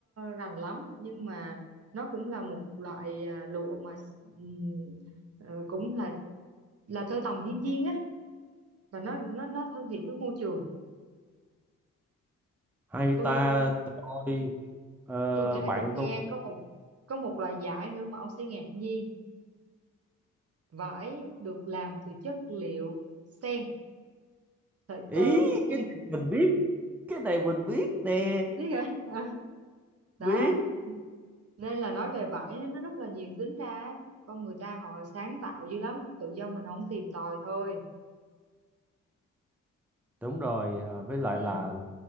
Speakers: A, on the right (about 45°); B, in the centre.
A: rành lắm nhưng mà nó cũng là một loại à, lụa mà ừm, ờ, cũng là là tơ tằm thiên nhiên á và nó nó nó thân thiện với môi trường
B: hay
A: tôi
B: ta tôi ờ,
A: tôi kể
B: bạn
A: cho ông nghe
B: tôi
A: có một có một loại vải nữa mà ông sẽ ngạc nhiên vải được làm từ chất liệu sen sợi
B: ý
A: tơ của sen
B: cái này mình biết cái này mình biết nè
A: biết hả <laughs> Ờ, đó
B: biết
A: nên là nói về vải á, nó rất là nhiều tính ra á, con người ta họ sáng tạo dữ lắm tự do mình không tìm tòi thôi
B: đúng rồi à, với lại
A: ừ
B: là